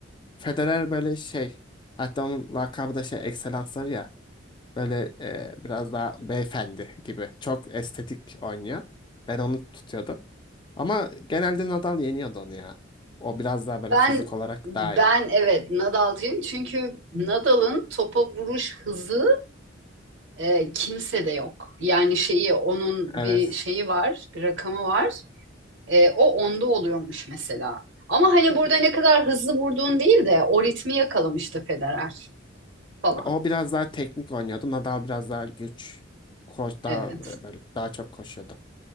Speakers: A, on the left; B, on the right.
A: Federer böyle şey hatta onun lakabı da şey ekselansları ya. Böyle e, biraz daha beyefendi gibi. Çok estetik oynuyor. Ben onu tutuyordum. Ama genelde Nadal yeniyordu onu ya. O biraz daha böyle
B: Ben
A: fizik olarak
B: ben
A: daha iyi.
B: evet Nadal'cıyım çünkü Nadal'ın topa vuruş hızı e, kimsede yok. Yani şeyi onun
A: Evet.
B: bir şeyi var, bir rakamı var. E, o onda oluyormuş mesela. Ama hani burada ne kadar hızlı vurduğun değil de o ritmi yakalamıştı Federer falan.
A: O biraz daha teknik oynuyordu. Nadal biraz daha güç. Koş daha
B: Evet.
A: e, böyle daha çok koşuyordu.